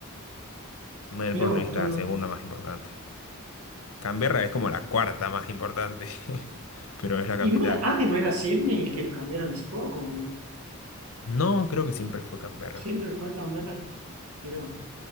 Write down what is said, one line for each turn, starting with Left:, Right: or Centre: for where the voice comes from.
Left: Melbourne
Right: mira vos,
Left: es
Right: tú-
Left: la segunda más importante. Canberra es como la cuarta más importante, <laughs> pero es la capital.
Right: Y no era- antes no era Sydney que lo cambiaron hace poco,
Left: No, creo que siempre fue Canberra.
Right: siempre fue Canberra. Pero, bueno.